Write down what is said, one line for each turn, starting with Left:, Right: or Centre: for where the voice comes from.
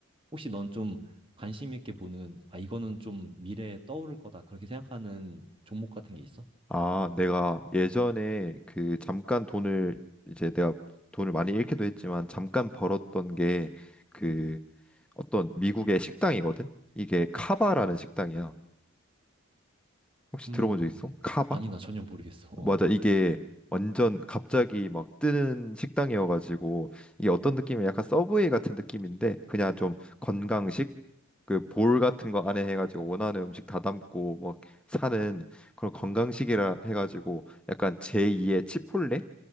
Right: 혹시 넌 좀 관심 있게 보는, 아, 이거는 좀 미래에 떠오를 거다. 그렇게 생각하는 종목 같은 게 있어?
Centre: 아, 내가 예전에 그 잠깐 돈을 이제 내가 돈을 많이 잃기도 했지만 잠깐 벌었던 게 그 어떤 미국의 식당이거든? 이게 카바라는 식당이야. 혹시
Right: 음,
Centre: 들어본 적 있어?
Right: 음.
Centre: 카바?
Right: 아니, 나 전혀 모르겠어. 어.
Centre: 맞아. 이게 완전 갑자기 막 뜨는 식당이어가지고 이게 어떤 느낌이야? 약간 서브웨이 같은 느낌인데 그냥 좀 건강식 그 볼 같은 거 안에 해가지고 원하는 음식 다 담고 막 사는 그런 건강식이라 해가지고 약간 제2의 치폴레